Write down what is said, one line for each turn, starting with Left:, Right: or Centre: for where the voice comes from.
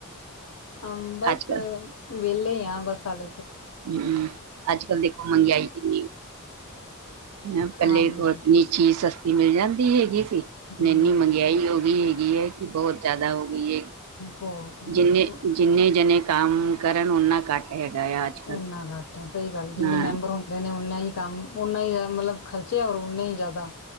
Left: ਹ ਬਸ
Right: ਅੱਜ ਕੱਲ
Left: ਵਹਲੇ ਹੀ ਆ ਬਸ ਹਾਲ
Right: ਹਮ ਅੱਜ ਕੱਲ ਦੇਖੋ ਮਹਿੰਗਾਈ ਕਿੰਨੀ ਂ ਇਕੱਲੇ
Left: ਹਾਂਜੀ
Right: ਇੰਨੀ ਚੀਜ਼ ਸਸਤੀ ਮਿਲ ਜਾਂਦੀ ਹੈਗੀ ਸੀ
Left: ਹਮ
Right: ਇੰਨੀ ਮਹਿੰਗਾਈ ਹੋ ਗਈ ਹੈਗੀ ਹੈ ਕਿ ਬਹੁਤ ਜ਼ਿਆਦਾ ਹੋ ਗਈ ਹੈ
Left: ਬਹੁਤ ਬਹੁਤ
Right: ਜਿੰਨੇ
Left: ਬਹੁਤ
Right: ਜਿੰਨੇ ਜਣੇ ਕੰਮ ਕਰਨ ਓਨਾ ਘੱਟ ਹੈਗਾ ਆ ਅੱਜ ਕੱਲ
Left: ਓਨਾ ਘੱਟ ਸਹੀ ਗੱਲ ਜਨੇ
Right: ਹਾਂ
Left: ਮੈਂਬਰ ਹੁੰ ਨੇ ਉਨਾ ਹੀ ਕੰਮ ਉਨਾ ਹੀ ਜ਼ ਮਤਲਬ ਖਰਚੇ ਹੋਰ ਉਨਾੇ ਹੀ ਜ਼ਿਆਦਾ